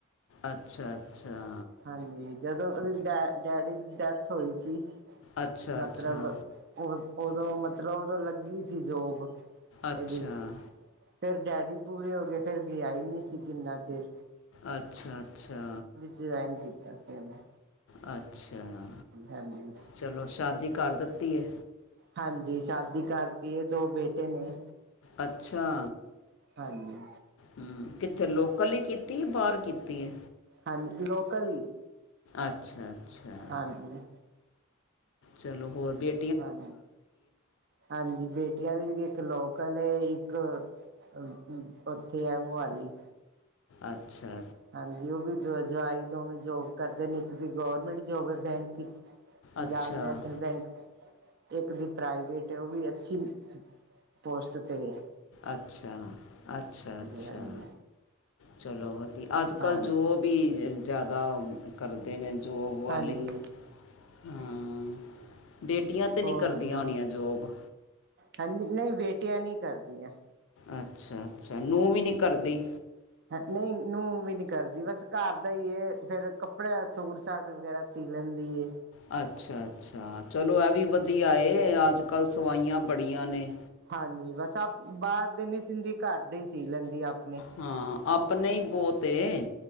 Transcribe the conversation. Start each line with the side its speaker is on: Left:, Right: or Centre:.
Left: ਆਛਾ-ਆਛਾ।
Right: ਹਾਂਜੀ, ਜਦੋਂ ਓਦੀ ਡੈ ਡੈਡੀ ਦੀ ਡੈਥ ਹੋਈ ਸੀ,
Left: ਅੱਛਾ
Right: ਮਤਲਬ
Left: ਅੱਛਾ
Right: ਓ ਓਦੋ ਮਤਲਬ ਓਦੋਂ ਲੱਗੀ ਸੀ ਜੋਬ,
Left: ਅੱਛਾ
Right: ਏਦੀ। ਫੇਰ ਡੈਡੀ ਪੂਰੇ ਹੋ ਗਏ ਫੇਰ ਗੇਆ ਈ ਨੀ ਸੀ ਕੀਨਾ ਚੇਰ।
Left: ਆਛਾ ਛਾ
Right: ਜੁਐਨ ਕੀਤਾ ਸੀ ਓਨੇ।
Left: ਆਛਾ
Right: ਹਾਂਜੀ
Left: ਚਲੋ ਸ਼ਾਦੀ ਕਰ ਦਿੱਤੀ ਐ?
Right: ਹਾਂਜੀ ਸ਼ਾਦੀ ਕਰਤੀ ਏ ਦੋ ਬੇਟੇ ਨੇ।
Left: ਅੱਛਾ।
Right: ਹਾਂਜੀ।
Left: ਹੂੰ ਕੀਤੇ ਲੋਕਲ ਈ ਕੀਤੀ ਏ, ਜਾਂ ਬਾਰ ਕੀਤੀ ਏ।
Right: ਹਾਂਜੀ ਲੋਕਲ,
Left: ਅੱਛਾ ਅੱਛਾ
Right: ਹਾਂਜੀ
Left: ਚਲੋ ਹੋਰ ਬੇ
Right: ਹਾਂ ਹਾਂਜੀ ਬੇਟੀਆਂ ਦੀ ਵੀ ਇਏਕ ਲੋਕਲੇ ਈਕ ਏਕ ਥੇ ਐ ਮੋਹਾਲੀ।
Left: ਆਛਾ।
Right: ਹਾਂਜੀ ਓ ਵੀ ਜਵਾਈ ਦੋਵੇਂ ਜੋਬ ਕਰਦੇ ਨੇ ਏਕ ਦੀ ਗੌਰਮੈਂਟ ਜੋਬ ਐ ਬੈਂਕ ਵੀਚ ਪੰਜਾਬ
Left: ਅੱਛਾ
Right: ਨੈਸ਼ਨਲ ਬੈਂਕ ਇੱਕ ਦੀ ਪ੍ਰਾਈਵੇਟ ਐ ਓ ਵੀ ਅੱਛੀ, ਪੋਸਟ ਤੇ ਏ।
Left: ਆਛਾ-ਆਛਾ-ਆਛਾ।
Right: ਹਾਂਜੀ
Left: ਚਲੋ ਵਧੀਆ ਅੱਜ-ਕੱਲ
Right: ਹਾਂਜੀ
Left: ਜੋਬ ਈ ਜਾਦਾ ਕਰਦੇ ਨੇ ਜੋਬ ਵਾਲੀ
Right: ਹਾਂਜੀ
Left: ਹੂੰ ਬੇਟੀਆਂ ਤੇ ਨੀ
Right: ਹੋਰ
Left: ਕਰਦੀਆਂ
Right: ਸੁਣਾ
Left: ਓਨੀਆ ਜੋਬ?
Right: ਹਾਂਜੀ ਨਈ ਬੇਟੀਆਂ ਨੀ ਕਰਦੀਆ।
Left: ਆਛਾ-ਆਛਾ ਨੋ ਵੀ ਨੀ ਕਰਦੀ?
Right: ਨਹੀਂ ਨੋ ਵੀ ਨੀ ਕਰਦੀ ਬਸ ਘਰ ਦਾ ਈ ਏ ਫੇਰ ਕੱਪੜੇ ਸੂਟ-ਸਾਟ ਵਗੈਰਾ ਸੀ ਲੈਦੀ ਏ।
Left: ਆਛਾ-ਅਛਾ ਚਲੋ ਐ ਵੀ ਵਧੀਆ ਏ ਅੱਜ-ਕੱਲ ਸਵਾਈਆਂ ਬੜੀਆਂ ਨੇ।
Right: ਹਾਂਜੀ, ਬਸ ਪ ਬਾਰ ਦੇ ਨੀ ਸੀਦੀ ਘਰ ਦੇ ਈ ਸੀ ਲੈਂਦੀ ਆਪਣੇ।
Left: ਹਾਂ, ਆਪਣੇ ਈ ਬੌਤ ਏ